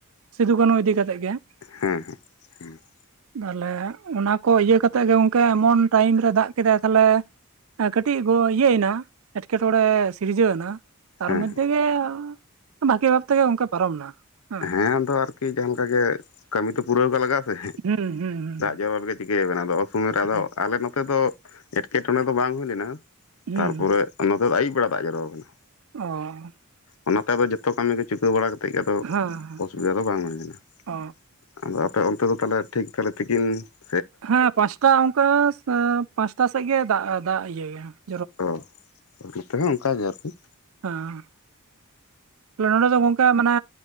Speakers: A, on the right; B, on the left.
A: ᱥᱤᱫᱩ ᱠᱟᱹᱱᱦᱩ ᱤᱫᱤ ᱠᱟᱛᱮᱫ ᱜᱮ ᱾
B: ᱦᱮᱸ ᱦᱮᱸ ᱦᱮᱸ ᱾
A: ᱛᱟᱦᱚᱞᱮ ᱚᱱᱟ ᱠᱚ ᱤᱭᱟᱹ ᱠᱟᱛᱮᱜ ᱜᱮ ᱚᱱᱠ ᱮᱢᱚᱱ ᱴᱟᱭᱤᱢ ᱨᱮ ᱫᱟᱜ ᱠᱮᱫᱟᱭ ᱛᱟᱦᱚᱞᱮ ᱾ ᱠᱟᱹᱴᱤᱡ ᱜᱚ ᱤᱭᱟᱹᱭᱱᱟ ᱮᱸᱴᱠᱮᱴᱚᱬᱮ ᱥᱤᱨᱡᱟᱹᱣ ᱮᱱᱟ ᱛᱟᱨ
B: ᱦᱮᱸ
A: ᱢᱚᱫᱽᱫᱷᱮ ᱜᱮ ᱾ ᱵᱷᱠᱤ ᱵᱷᱟᱵ ᱛᱮᱜᱮ ᱚᱱᱠᱟ ᱯᱟᱨᱚᱢ ᱮᱱᱟ ᱾
B: ᱦᱮᱸᱫᱚ ᱟᱨᱠᱤ ᱡᱟᱦᱟᱸ ᱞᱮᱠᱟ ᱜᱮ ᱠᱟᱹᱢᱤ ᱛᱚ ᱯᱩᱨᱟᱹᱣ ᱠᱟᱜ ᱞᱟᱜᱟᱜᱼᱟ,
A: ᱦᱩᱸ ᱦᱩᱸ ᱦᱩᱸ
B: ᱫᱟ ᱡᱮᱨᱚᱲ ᱜᱮ ᱪᱤᱠᱟᱹᱭᱟᱵᱮᱱ ᱟᱫᱚ ᱚᱥᱢᱚᱭ ᱨᱮ ᱟᱫᱚ
A: ᱦᱩᱸ
B: ᱟᱞᱮ ᱱᱚᱛᱮ ᱫᱚ ᱮᱴᱠᱮᱴᱚᱬᱮ ᱫᱚ ᱵᱟᱝ ᱦᱩᱭ ᱞᱮᱱᱟ ᱾
A: ᱦᱩᱸ
B: ᱛᱟᱨᱯᱚᱨᱮ
A: ᱦᱩᱸ᱾
B: ᱱᱚᱛᱮ ᱫᱚ ᱟᱹᱭᱩᱵ ᱵᱮᱲᱟ ᱫᱟᱜ ᱡᱚᱨᱣᱟ ᱟᱠᱟᱱᱟ ᱾
A: ᱚ ᱚ ᱾
B: ᱚᱱᱟᱛᱮ ᱟᱫᱚ ᱡᱚᱛᱚ ᱠᱟᱹᱢᱤ ᱜᱮ ᱪᱤᱠᱟᱹᱣ ᱵᱟᱲᱟ ᱠᱟᱛᱮᱜ ᱜᱮ ᱟᱫᱚ
A: ᱦᱮᱸ ᱦᱮᱸ
B: ᱚᱥᱩᱵᱤᱫᱷᱟ ᱫᱚ ᱵᱟᱝ ᱦᱩᱭ ᱞᱮᱱᱟ
A: ᱚ
B: ᱾ ᱟᱫᱚ ᱟᱯᱮ ᱚᱱᱛᱮ ᱫᱚᱦᱚ ᱴᱷᱤᱠ ᱛᱟᱦᱮ ᱛᱤᱠᱤᱱ ᱾
A: ᱦᱮᱸ ᱯᱟᱸᱪᱴᱟ ᱚᱱᱠᱟ ᱯᱟᱸᱪᱴᱟ ᱥᱮᱫ ᱜᱮ ᱫᱟᱜ ᱫᱟᱜ ᱤᱭᱟᱹᱭᱟ ᱾
B: ᱚᱻ ᱱᱚᱛᱮ ᱚᱱᱠᱟᱜ ᱜᱮ ᱟᱨᱠᱤ ᱾
A: ᱦᱩᱸ ᱾ ᱱᱚᱰᱮ ᱫᱚ ᱜᱚᱝᱠᱮ ᱢᱟᱱᱮ